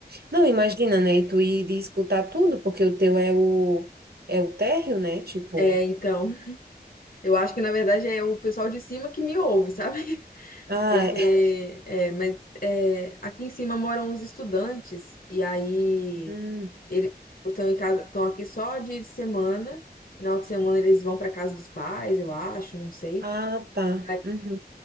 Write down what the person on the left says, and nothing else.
É, então, <laughs> eu acho que na verdade é o pessoal de cima que me ouve, sabe?
Porque,
é, mas é, aqui em cima moram uns estudantes, e aí
eles tipo, estão em casa, estão aqui só dia de semana. Final de semana eles vão para casa dos pais, eu acho, não sei.
Aí